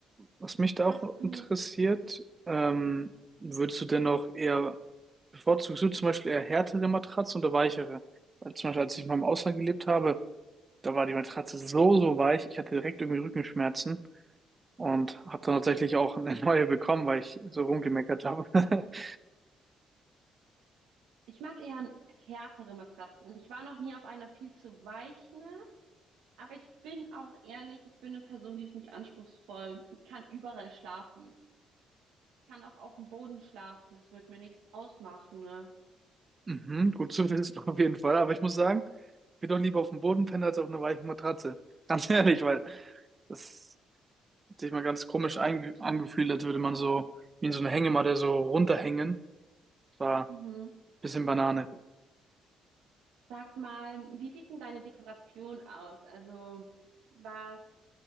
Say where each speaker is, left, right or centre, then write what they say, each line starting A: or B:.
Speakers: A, on the right (about 25°); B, on the right (about 80°).
A: Was mich da
B: Hast
A: auch
B: du,
A: interessiert, ähm, würdest du denn auch eher, bevorzugst du zum Beispiel eher härtere Matratzen oder weichere? Weil zum Beispiel, als ich mal im Ausland gelebt habe, da war die Matratze so, so weich, ich hatte direkt irgendwie Rückenschmerzen und habe dann tatsächlich auch eine <laughs> neue bekommen, weil ich so rumgemeckert habe. <laughs>
B: ich mag eher härtere Matratzen. Ich war noch nie auf einer viel zu weichen Aber ich bin auch ehrlich, ich bin eine Person, die ist nicht anspruchsvoll. Ich kann überall schlafen. Ich kann auch auf dem Boden schlafen. Das wird mir nichts ausmachen, ne?
A: Mhm, gut zu wissen <laughs> auf jeden Fall, aber ich muss sagen, ich bin doch lieber auf dem Boden pennen als auf einer weichen Matratze. Ganz ehrlich, weil das sich mal ganz komisch einge- angefühlt, als würde man so wie in so einer Hängematte so runterhängen. War
B: Mhm.
A: ein bisschen Banane.
B: Sag mal, wie sieht denn deine Dekoration aus? Also, was